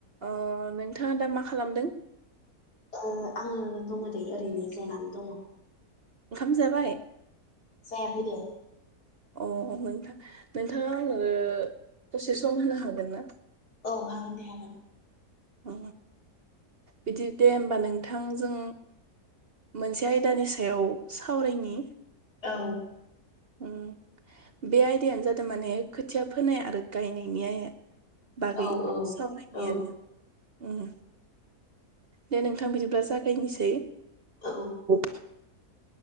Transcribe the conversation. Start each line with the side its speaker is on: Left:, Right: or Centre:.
Right: अ नोंथाङा दा मा खालामदों।
Left: अ आङो दङ' दे ओरैनो जनानै दङ'।
Right: ओंखाम जाबाय?
Left: जायाखै दे।
Right: अ नोंथां नोंथाङा आंनो दसे सम होनो हागोन ना?
Left: औ हागोन दे हागोन।
Right: अ बिदि दे होमबा नोंथां जों मोनसे आयदानि सायाव सावरायनि।
Left: औ
Right: उम बे आयदायानो जादों माने खोथिया फोनाय आरो गायनायनि आया बागै
Left: औ औ
Right: सावरायनाय
Left: औ
Right: <unintelligible> उम दे नोंथां बिदिब्ला जागायनोसै।
Left: औ
Right: अ।